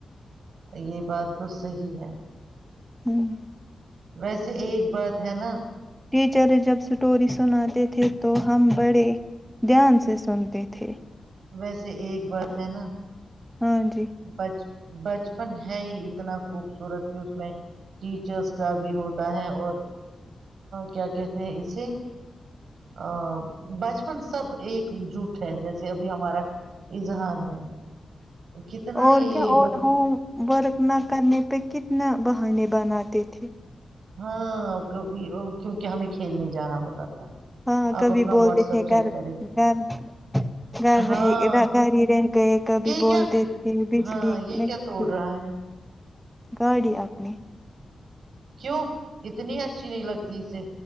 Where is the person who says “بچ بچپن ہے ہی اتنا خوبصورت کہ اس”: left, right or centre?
Right